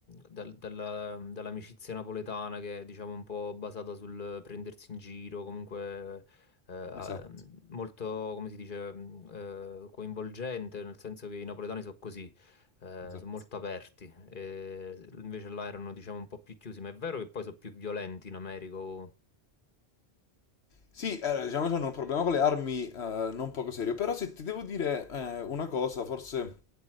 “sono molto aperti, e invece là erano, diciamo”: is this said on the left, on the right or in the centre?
Left